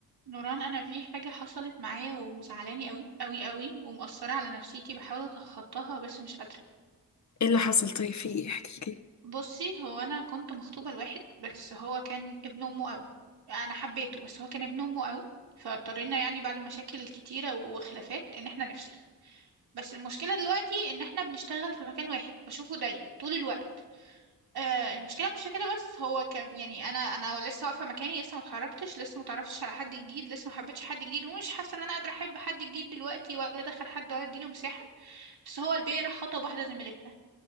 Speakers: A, on the right; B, on the left.
A: نوران انا في حاجه حصلت معايا ومزعلاني قوي قوي قوي ومأثره على نفسيتي بحاول اتخطاها بس مش قادره
B: ايه اللي حصل طيب في ايه احكي لي
A: بصي هو انا كنت مخطوبه لواحد بس هو كان ابن امه قوي انا حبيته بس هو كان ابن امه قوي فاضطرينا يعني بعد مشاكل كتيره وخلافات ان احنا نفسخ بس المشكله دلوقتي ان احنا بنشتغل في مكان واحد بشوفه دايما طول الوقت آه، المشكله مش في كده بس هو كان يعني انا انا لسه واقفه مكاني لسه ما اتحركتش لسه ما اتعرفتش على حد جديد لسه ما حبيتش حد جديد ومش حاسه ان انا قادره احب حد جديد دلوقتي ولا ادخل حد ولا اديله مساحه بس هو البي راح خطب واحده زميلتنا